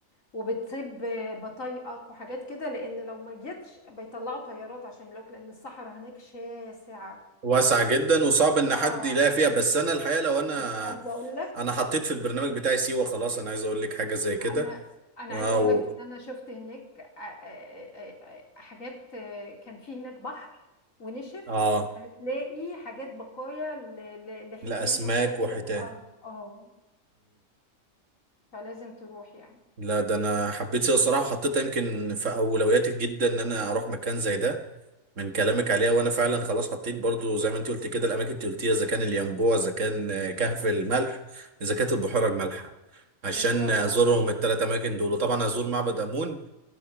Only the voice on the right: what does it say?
واسعة جدا وصعب ان
حد يلاقي فيها بس انا الحقيقة لو انا
انا حطيت في البرنامج بتاعي سيوة خلاص انا عايز اقول لك حاجة زي كده
واو
اه
الاسماك
وحيتان
لا ده انا حبيت سيوة الصراحه وحطيتها يمكن في اولوياتي جدا ان انا اروح مكان زي ده من كلامك عليها وانا فعلا خلاص حطيت برضو زي ما انت قلت كده الاماكن اللي قلتيها اذا كان الينبوع اذا كان آه، كهف الملح اذا كانت البحيره المالحه عشان
ازورهم
الثلاث اماكن دول وطبعا هزور معبد امون